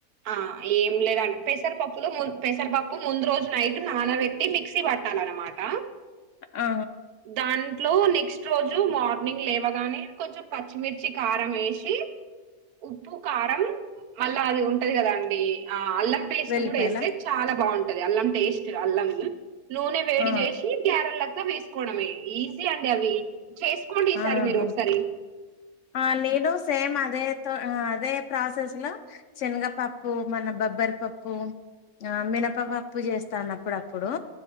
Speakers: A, on the right; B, on the left.
A: ఆ ఏం లేదండి పెసరపప్పులు పెసరపప్పు ముందు రోజు నైట్ నాన పెట్టి మిక్సీ పట్టాలనమాట
B: ఆ
A: దాన్ ఇట్లో నెక్స్ట్ రోజు మార్నింగ్ లేవగానే కొంచెం పచ్చిమిర్చి కారం వేసి ఉప్పు కారం మళ్ళా అది ఉంటది కదా అండి ఆ అల్లం పేస్ట్
B: వెల్లిపాయల
A: కూడా వేస్తే చాలా బావు అల్లం పెస్ట్ అల్లం నూనె వేడి
B: ఆ
A: చేసి గ్యారెల్ లెక్క వేసుకోడమే ఈజీ అ అ అవి చేసుకోండి ఈసారి
B: ఆహా
A: మీరు ఒకసారి
B: ఆ నేను సేమ్ అదే తో అదే ప్రాసెస్ లో శనగపప్పు మన బబ్బరి పప్పు ఆ మినపపప్పు జేస్తానప్పుడప్పుడు